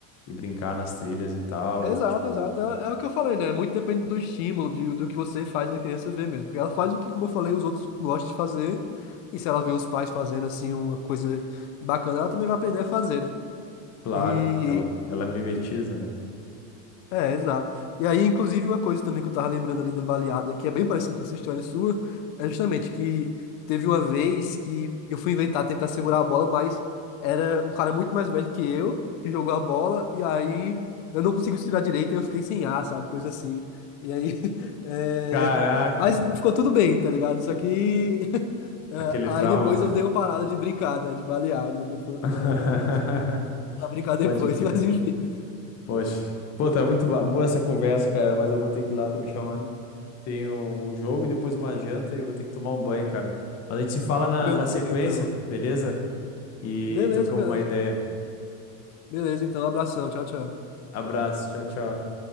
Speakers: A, on the left (about 40°); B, on the left (about 80°).
A: e brincar nas trilhas e tal.
B: Exato,
A: E, tipo,
B: exato. É, é o que eu falei, né? Muito depende do estímulo, de- do que você faz a criança ver mesmo. Porque ela faz o que, como eu falei, os outros gostam de fazer. E se ela vê os pais fazendo, assim, uma coisa bacana, ela também vai aprender a fazer, né?
A: claro,
B: E
A: ela, ela mimetiza, né?
B: É, exato. E aí, inclusive, uma coisa também que eu tava lembrando ali da baleada, que é bem parecido com essa história sua, é justamente que teve uma vez que eu fui inventar tentar segurar a bola, mas era um cara muito mais velho que eu, que jogou a bola, e aí eu não consegui tirar direito e eu fiquei sem ar, sabe? Coisa assim. E aí. <laughs> é,
A: Caraca,
B: Mas ficou tudo bem, tá ligado? Só que. <laughs> é,
A: aquele
B: Aí
A: trauma.
B: depois eu dei uma parada de brincada, de baleada. Depois...
A: <laughs>
B: É... isso aí, Vou voltar a brincar depois,
A: Pode crer.
B: <laughs> mas enfim.
A: Poxa. Pô, tá muito ba- boa essa conversa, cara, mas eu vou ter que ir lá, tô me chamando. tenho um, um jogo e depois uma janta e eu vou ter que tomar um banho, cara. Mas a gente se fala na,
B: Tranquilo,
A: na sequência,
B: então.
A: beleza? E
B: Beleza,
A: trocamos
B: beleza.
A: uma ideia.
B: Beleza, então. Abração. Tchau, tchau.
A: Abraço, tchau, tchau.